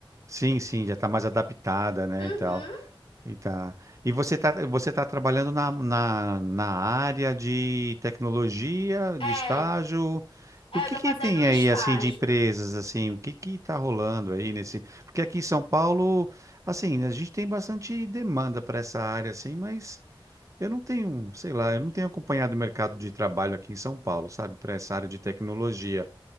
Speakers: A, on the right; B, on the left.
A: Sim, sim, já está mais adaptada, né,
B: Uhum,
A: e tal. E tá. E você tá, você tá trabalhando na, na, na área de tecnologia,
B: é,
A: de estágio.
B: é,
A: E o que
B: eu tô
A: que
B: fazendo
A: tem
B: um estágio
A: aí, assim, de empresas, assim? O que que tá rolando aí nesse... Porque aqui em São Paulo, assim, a gente tem bastante demanda para essa área, assim, mas eu não tenho, sei lá, eu não tenho acompanhado o mercado de trabalho aqui em São Paulo, sabe? Para essa área de tecnologia.